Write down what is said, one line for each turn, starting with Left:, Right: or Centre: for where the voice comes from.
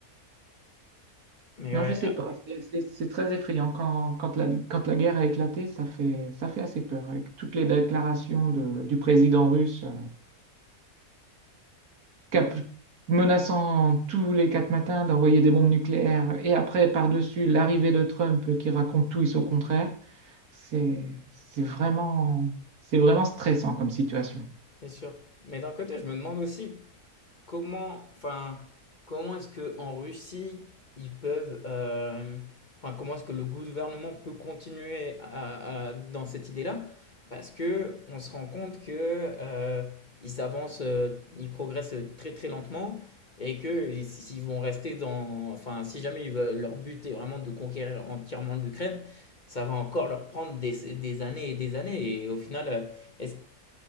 Left: Mais
Right: Non,
Left: ouais,
Right: je sais
Left: ah,
Right: pas. C'est c'est- c'est très effrayant. Quand, quand la, quand la guerre a éclaté, ça fait, ça fait assez peur. Avec toutes les déclarations de- du président russe. euh, cap- menaçant tous les quatre matins d'envoyer des bombes nucléaires, et après, par-dessus, l'arrivée de Trump qui raconte tout et son contraire, c'est c'est vraiment, c'est vraiment stressant comme situation.
Left: c'est sûr. Mais d'un côté, je me demande aussi comment, enfin, comment est-ce que en Russie ils peuvent, euh, enfin, comment est-ce que le gouvernement peut continuer à- à- dans cette idée-là? Parce que on se rend compte que euh, ils avancent, euh, ils progressent très très lentement et que ils- s'ils vont rester dans, enfin, si jamais ils veulent- leur but est vraiment de conquérir entièrement l'Ukraine, ça va encore leur prendre des, des années et des années. Et au final, euh, est-ce